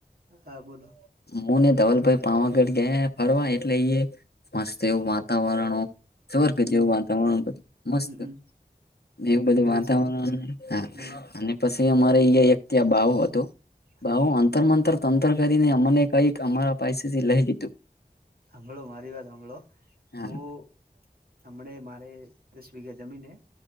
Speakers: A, on the right; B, on the left.
A: હા બોલો.
B: હું ને ધવલભાઈ પાવાગઢ ગયા ફરવા એટલે એ મસ્ત એવું વાતાવરણ સ્વર્ગ
A: હમ
B: જેવું વાતાવરણ બધું મસ્ત.
A: હમમ
B: એવું બધું વાતાવરણ
A: છે એમ
B: હા
A: હમ
B: અને પછી અમારે અયા એક ત્યા બાવો અતો.
A: હમ
B: બાવાએ અંતરમંતર તંતર કરીને અમને કંઈક અમારા પાાયસેથી લઈ લીધું.
A: જો મારી વાત હાભડો
B: હા
A: હું હમને મારે દસ વિઘા જમીન હે.